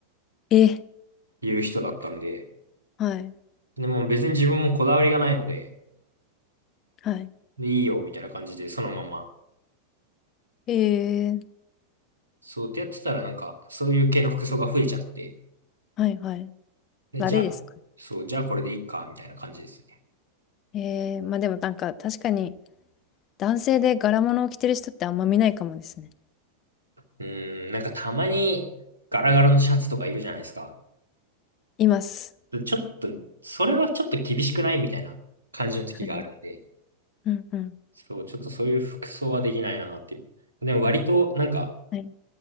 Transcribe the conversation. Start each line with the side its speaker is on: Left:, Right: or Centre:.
Left: え、
Right: いう人だったんで、
Left: はい。
Right: でも別に自分もこだわりがないので、
Left: はい。
Right: で、いいよ、みたいな感じで、そのまま
Left: ええ。
Right: そうってやってたらなんか、そういう系の服装が増えちゃって、
Left: はいはい。
Right: で、
Left: 誰ですか
Right: じゃあ、そう、じゃあこれでいいか、みたいな感じですね。
Left: ええ。まあでもなんか確かに男性で柄物を着てる人ってあんま見ないかもですね。
Right: うーん、なんかたまにガラガラのシャツとかいるじゃないですか。
Left: います。
Right: ちょっと、それはちょっと厳しくないみたいな感じの時があるんで、
Left: はい。うんうん。
Right: そう、ちょっとそういう服装はできないなっていう。でも割となんか、
Left: はい。